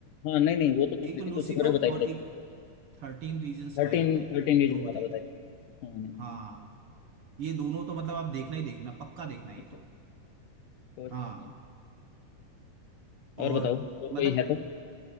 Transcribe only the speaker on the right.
एक तो
लूसीफर
और
एक थर्टीन रीजन्स
वाई बताई
थी
दो बताई
थी
हाँ ये दोनों तो मतलब आप देखना ही देखना पक्का देखना ये
तो
हाँ
और
मतलब